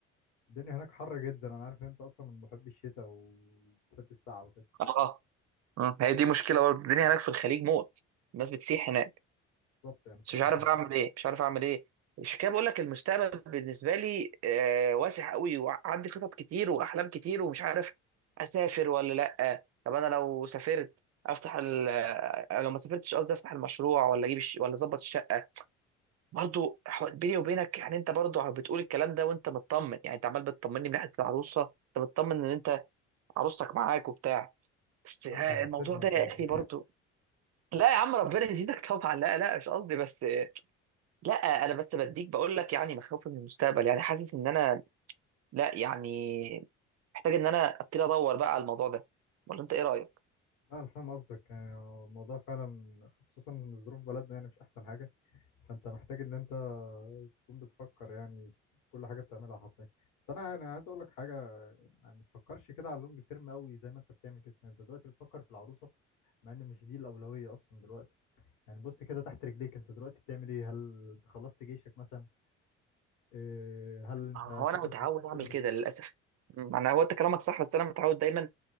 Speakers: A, on the left; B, on the right.
A: الدنيا هناك حر جدا أنا عارف إن أنت أصلا من محبي الشتاء وبتحب السقعة وكده
B: اه آه. مم. هي دي مشكلة برضو الدنيا هناك في الخليج موت الناس بتسيح هناك
A: بالظبط يعني فأنت
B: بس مش عارف
A: كان
B: اعمل ايه مش عارف اعمل ايه مش كده بقول لك المستقبل بالنسبه لي آه، واسع قوي وعندي خطط كتير واحلام كتير ومش عارف اسافر ولا لا طب انا لو سافرت افتح ال... آه، لو ما سافرتش قصدي افتح المشروع ولا اجيب الش... ولا اظبط الشقه برضو حو- بيني وبينك يعني انت برضو بتقول الكلام ده وانت مطمن يعني انت عمال بتطمني من ناحيه العروسه انت بتطمن ان انت عروستك معاك وبتاع بس آه،
A: يا عم أنت هتحسدني
B: الموضوع ده
A: ولا
B: يا
A: إيه يا
B: اخي
A: عم؟
B: برضو لا يا عم ربنا يزيدك طبعا لا لا مش قصدي بس لا انا بس بديك بقول لك يعني مخاوفي من المستقبل يعني حاسس ان انا لا يعني محتاج ان انا ابتدي ادور بقى على الموضوع ده ولا انت ايه رايك
A: لا انا فاهم قصدك يعني الموضوع فعلا خصوصا ان ظروف بلدنا يعني مش احسن حاجه فانت محتاج ان انت تكون بتفكر يعني في كل حاجه بتعملها حرفيا بس انا يعني عايز اقول لك حاجه يعني ما تفكرش كده على اللونج تيرم قوي زي ما انت بتعمل كده يعني انت دلوقتي بتفكر في العروسه مع ان مش دي الاولويه اصلا دلوقتي يعني بص كده تحت رجليك انت دلوقتي بتعمل ايه هل انت خلصت جيشك مثلا إيه، هل انت
B: آه، هو
A: شغلك
B: انا متعود
A: مستقر
B: اعمل كده للاسف م، انا هو انت كلامك صح بس انا متعود دايما